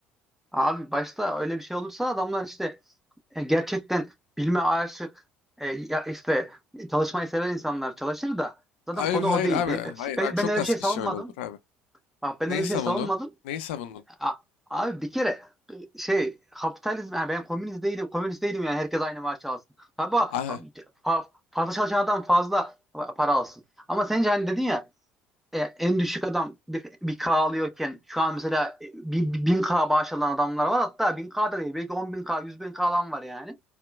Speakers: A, in the centre; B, on the left (about 75°).
A: abi başta öyle bir şey olursa adamlar işte e, gerçekten bilme aşık e, ya işte çalışmayı seven insanlar çalışır da zaten
B: Abi,
A: konu
B: hayır
A: o değil.
B: abi,
A: Ben,
B: hayır
A: ben,
B: abi çok
A: ben öyle
B: az
A: bir şey
B: kişi
A: savunmadım.
B: öyle olur abi.
A: Bak ben
B: Neyi
A: öyle bir
B: savundun?
A: şey savunmadım.
B: Neyi savundun?
A: A- abi bir kere şey kapitalizm yani ben komünist değilim komünist değilim yani herkes aynı maaşı alsın. Tabii
B: Ah,
A: abi, fa- fazla çalışan adam fazla para alsın. Ama sence hani dedin ya e, en düşük adam bir, bir K alıyorken şu an mesela e, bir, bir bin K maaş alan adamlar var hatta bin K da değil belki on bin K yüz bin K alan var yani.